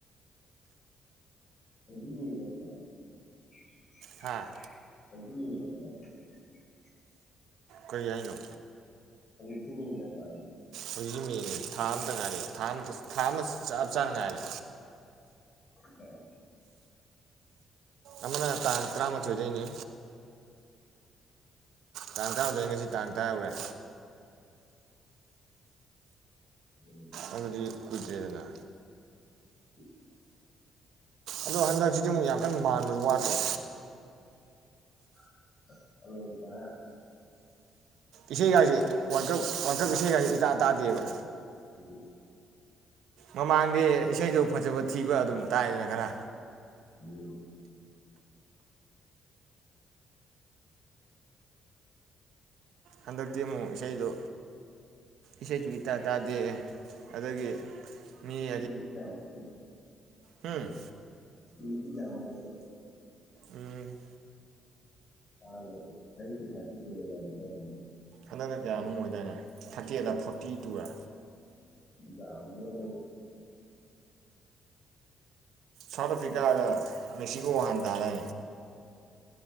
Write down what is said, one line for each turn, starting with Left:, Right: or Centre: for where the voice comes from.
Left: <unintelligible>
Right: ꯍꯥꯥ
Left: <unintelligible>
Right: ꯀꯔꯤ ꯍꯥꯏꯅꯣ
Left: ꯑꯩ ꯆꯤꯅꯗ ꯇꯥꯡ
Right: ꯍꯧꯖꯤꯛ ꯃꯦꯅꯦ ꯊꯥ ꯑꯝꯇ ꯉꯥꯏꯔꯦ ꯊꯥ ꯑꯃ ꯊꯥ ꯑꯃ ꯆꯞ ꯆꯥꯅ ꯉꯥꯏꯔꯦ
Left: ꯑꯣ
Right: ꯑꯃꯅ ꯇꯥꯡ ꯇꯔꯥꯃꯥꯊꯣꯏꯗꯩꯅꯤ ꯇꯥꯡ ꯇꯔꯥꯍꯨꯗꯣꯏ ꯉꯁꯤ ꯇꯥꯡ ꯇꯔꯥ ꯌꯧꯔꯦ
Left: ꯎꯝ
Right: ꯑꯗꯨꯗꯤ ꯀꯨꯏꯗ꯭ꯔꯦꯗꯅ
Left: ꯎ
Right: ꯑꯗꯣ ꯍꯟꯗꯛꯁꯤꯗꯤ ꯑꯃꯨꯛ ꯌꯥꯝ ꯀꯟꯅ ꯃꯥꯟ - ꯋꯥꯗ꯭ꯔꯣ
Left: <unintelligible>
Right: ꯏꯁꯩ ꯒꯥꯁꯦ ꯋꯥꯔꯜꯗ ꯀꯞ ꯋꯥꯔꯜꯗ ꯀꯞ ꯏꯁꯩꯒꯁꯦ ꯏꯇꯥ ꯇꯥꯗꯦꯕ
Left: ꯎꯝ
Right: ꯃꯃꯥꯡꯗꯤ ꯏꯁꯩꯗꯣ ꯐꯖꯕ ꯊꯤꯕ ꯑꯗꯨꯝ ꯇꯥꯏꯗꯅ ꯈꯔ
Left: ꯎꯝ
Right: ꯍꯟꯗꯛꯇꯤ ꯑꯃꯨꯛ ꯏꯁꯩꯗꯨ ꯏꯁꯩꯁꯨ ꯏꯇꯥ ꯇꯥꯗꯦ ꯑꯗꯒꯤ ꯃꯤ
Left: ꯎꯝ <unintelligible>
Right: ꯍꯨꯝ
Left: ꯎꯝ ꯍꯨꯝ ꯌꯥꯝꯃꯜꯂꯦ
Right: ꯎꯝ
Left: <unintelligible> <inaudible>
Right: ꯍꯟꯗꯛꯅ ꯀꯌꯥꯅꯣꯝ
Left: ꯍꯟꯗꯛ
Right: ꯑꯣꯏꯗꯥꯏꯅꯦ ꯊꯥꯔꯇꯤ-ꯑꯩꯠ ꯂ ꯐꯣꯔꯇꯤ-ꯇꯨ ꯔ
Left: ꯏ ꯌꯥ <unintelligible>
Right: ꯁꯥꯎꯠ ꯑꯐ꯭ꯔꯤꯀꯥꯒ ꯃꯦꯛꯁꯤꯀꯣ ꯋꯥꯥꯟ ꯇꯥꯔꯦ